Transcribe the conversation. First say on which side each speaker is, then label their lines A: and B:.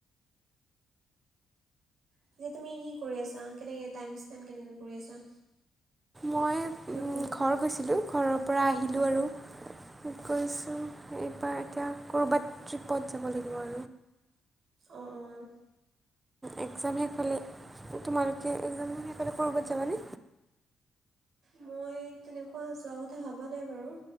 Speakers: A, on the right; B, on the right.
A: এতিয়া তুমি কি কৰি আছা কেনেকৈ টাইম স্পেণ্ড কেনেকৈ কৰি আছা?
B: মই
A: কিবা
B: ঘৰ গৈছিলোঁ ঘৰৰ
A: পঢ়িছানে
B: পৰা আহিলোঁ আৰু গৈছোঁ ত এতিয়া ক'ৰবাত ট্ৰিপত যাব লাগিব।
A: অৱ অৱ
B: একগজাম শেষ হ'লে তোমালোকে এক্জাম শেষ হ'লে ক'ৰবাত যাবানে?
A: মই তেনেকুৱা যোৱাৰ কথা ভবা নাই বাৰু।